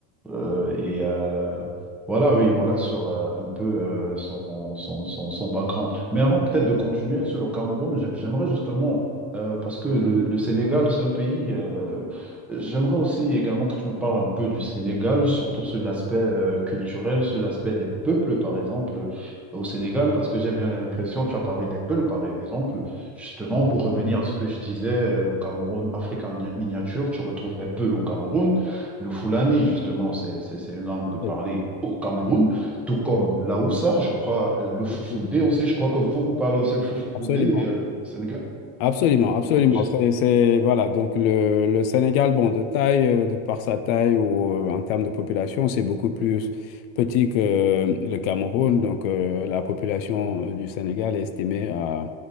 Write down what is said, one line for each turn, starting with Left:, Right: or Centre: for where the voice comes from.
Centre: Euh, et euh, voilà, oui, voilà sur euh, un peu euh, son, son, son, son background. Mais avant peut-être de continuer sur le Cameroun, j'a- j'aimerais justement, euh, parce que le, le Sénégal, c'est un pays, euh, j'aimerais aussi également que tu me parles un peu du Sénégal, surtout sur l'aspect euh, culturel, sur l'aspect des peuples, par exemple, au Sénégal, parce que j'ai bien l'impression, tu as parlé des peuples, par exemple, justement, pour revenir à ce que je disais, euh, le Cameroun, Afrique en miniature, tu retrouves des peuples au Cameroun. Le Fulani, justement, c'est c'est- c'est une langue parlée
Left: Euh,
Centre: au Cameroun, tout comme l'Aoussa, je crois, euh, le Foufoulde
Left: oui, oui, oui.
Centre: aussi. Je crois que vous, vous parlez aussi le Foufoulde
Left: Absolument.
Centre: euh, au Sénégal.
Left: Absolument, absolument.
Centre: Donc, je-
Left: C'est, c'est- voilà, donc le, le Sénégal, bon, de taille, euh, de par sa taille ou euh, en termes de population, c'est beaucoup plus petit que euh, le Cameroun. Donc euh, la population euh, du Sénégal est estimée à,